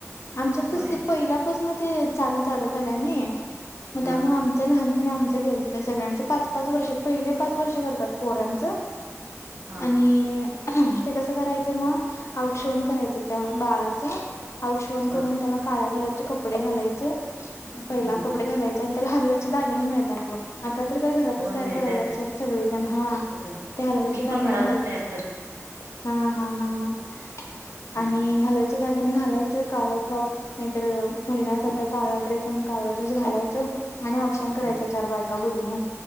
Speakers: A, on the left (about 60°); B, on the right (about 55°).
A: आमच्यात कस
B: होय
A: ते पहिलापासन ते. चालत आल्याने
B: हा
A: त्यामुळे
B: हा
A: आमचं लहानपण आमचं. तर सगळ्यांच पाच पाच वर्ष पहिले पाच वर्ष करतात. पोरांचं?
B: हा
A: आणि
B: हा
A: ते कसं करायचं मग? औक्षवण करायचं त्या बाळाचं अवक्षोभण करून
B: हा
A: त्याला काळ्या कलर कपडे घालायच पहिला
B: हम्म
A: कपडे
B: हम्म
A: घालायच आणि त्याला हलव्याच्या दारने मिळतात. आता तर काय घरातच
B: होय
A: तयार
B: मिळतात
A: करायला
B: की
A: स सगळे हा.
B: होय
A: त्या हलव्याच्या
B: मी
A: दागेने
B: पण घरातच
A: घालच.
B: तयार करते
A: हा. हा. हा. हा.
B: हम्म
A: आणि हलव्याच दगिने घालायचं काळ फ्रॉक नाहीतर, मुलगाना असाल तर काळा ड्रेस आणि काळा ड्रेस घालायचं. आणि औक्षण करायच.
B: होय
A: चार बायका बोलून